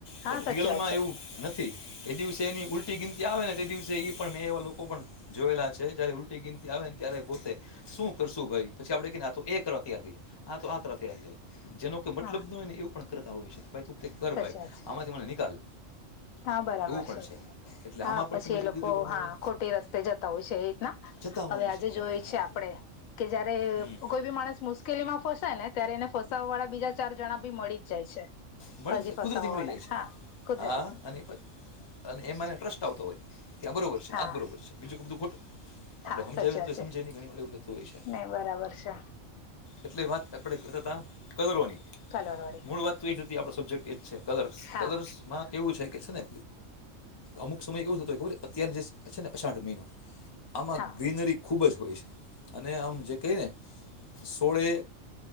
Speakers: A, on the left; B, on the left.
A: પણ
B: હા
A: મટિરિયલમાં
B: સાચી વાત છે
A: એવું નથી. એ દિવસે એની ઉલટી ગિનતી આવે નેએ દિવસે પણ મેં એવા લોકો પણ જોયેલા છે, જયારે ઉલટી ગીનતી આવે ને ત્યારે ગોતે. શું કરશુંભાઈ પછી આપણેે આ કરવા તૈયાર થાય આ આ કરવારએ જેનો ઈ મતલબન
B: હા
A: હોયને એવું પણ કરતા હોય છે, કે ભાઈ તું કઈ કર
B: સાચી
A: ભાઈ
B: વાત
A: આમાંથી મને નિકાલ
B: હા બરાબર
A: એવું પણ
B: છે,
A: એટલે
B: હા
A: આમાં પણ
B: પછી
A: તમે
B: એ
A: જે
B: લોકો
A: કીધું પ્રમાણે
B: હા ખોટી રસ્તે જતા હોય છે, એ રીતના
A: જતા
B: હવે
A: હોય
B: આજે
A: છે
B: જોઈછે,
A: યાર હા
B: આપડે કે જયારે
A: હમ
B: કોઈ ભી માણસ મુશ્કેલ કેલીમાં ફસાયને ત્યારે એને ફસ ફસાવાવાળા બીજા ચાર જણાભી મળી જ જાય છે,
A: મળી
B: હજી
A: જ
B: ફસાવાવાળા
A: કુદરતી મળી જાય છે
B: હા ખુદ
A: હા અને અને એમાં એને ટ્રસ્ટ આવતો હોય કેઆ બરોબર છે,
B: હા
A: આજ બરોબર છે, બીજું બધું ખોટું. આપડે
B: હા
A: સમજાવી
B: સાચી
A: નેતો
B: વાત
A: એ
B: છે
A: સમજાવને ઘણીવાર એવું થતું હોય છે,
B: નહી બરાબર છે
A: એટલે વાત આપડે કરતા હતા કયુરોની,
B: કલરો
A: મૂળ વાતતો એતી આપડો સબ્જેક્ટ એજ છે, કલર્સ
B: હા
A: કલર્સમાં એવું છે, કેછેને અમુક સમય કેવું થતો ખર્ચ અત્યાર જે છે, ને અષાઢ મહિનો આમાં
B: હા
A: ગ્રીનરી ખૂબ જ હોય છે, અને આમ જે કહીને સોળે.